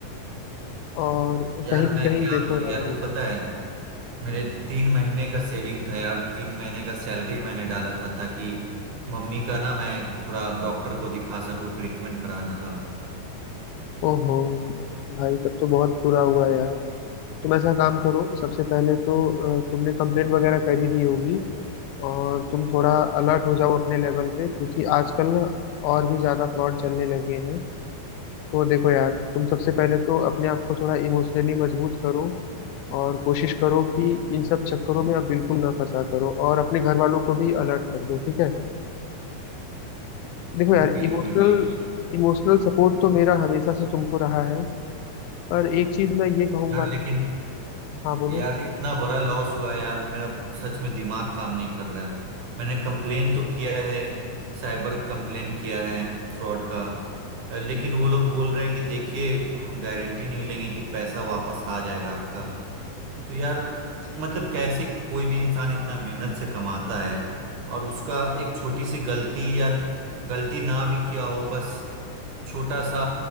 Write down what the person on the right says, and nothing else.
यार
मैं
क्या
बोलूं
यार वो पता है मेरे तीन महीने का सेविंग था यार तीन महीने का सैलरी मैंने डाला था ताकि मम्मी का ना मैं थोड़ा डॉक्टर को दिखा सकूं ट्रीटमेंट कराना था
बिल्कुल
बिल्कुल
यार
लेकिन
यार इतना बड़ा लॉस हुआ है यार मेरा सच में दिमाग काम नहीं कर रहा है मैंने कंप्लेन तो किया है साइबर कंप्लेन किया है फ्रॉड का अ, लेकिन वो लोग बोल रहे हैं कि देखिए हम गारंटी नहीं लेंगे कि पैसा वापस आ जाएगा आपका तो यार मतलब कैसे कोई भी इंसान इतना मेहनत से कमाता है और उसका एक छोटी सी गलती या गलती ना भी किया हो बस छोटा सा